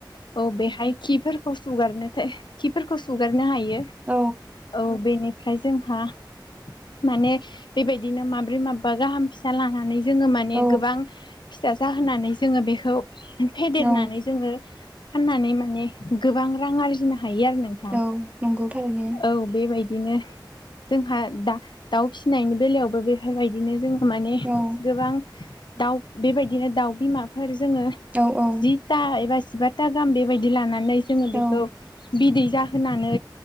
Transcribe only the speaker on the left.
औ बेहाय खिफोरखौ सुगारनो थाय खिफोरखौ सुगारनो हा रो
औ बेनि फ्राय जोंहा माने बेबायदिनो माब्रै माबा गाहाम फिसा लानानै जोङो माने
गोबां फिसा जाहोनानै जोङो बेखौ फेदेरनानै
जोङो फाननानै माने गोबां रां आरजिनो हायो आरो नोंथां
औ बेबाय दिनो जोंहा दा दाउ फिसिनायनि बेलायावबो बेफोरबायदिनो जों माने
गोबां दाउ बेबायदिनो दाउ बिमाफोर जोङो
जिथा एबा जिबा था गाहाम बेबायदि लानानै जोङो बेखौ
बिदै जाहोनानै